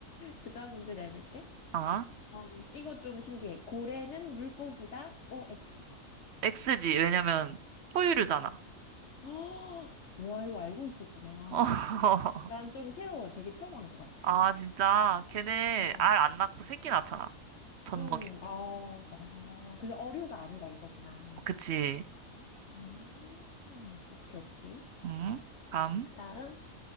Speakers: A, on the left; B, on the right.
A: 그 다음 문제 내볼게.
B: 어?
A: 어, 이거 좀 신기해. 고래는 물고기다. OX.
B: X지. 왜냐면 포유류잖아.
A: <gasps> 와, 이거 알고 있었구나.
B: 어.
A: 난
B: <laughs>
A: 좀 새로워. 되게 처음 한 것 같아.
B: 아, 진짜. 걔네
A: 어.
B: 알 안 낳고 새끼 낳잖아. 젖먹이.
A: 음, 아, 아, 그래서 어류가 아니다 이거구나.
B: 그치.
A: 음, 오케이, 오케이.
B: 응? 다음.
A: 그 다음,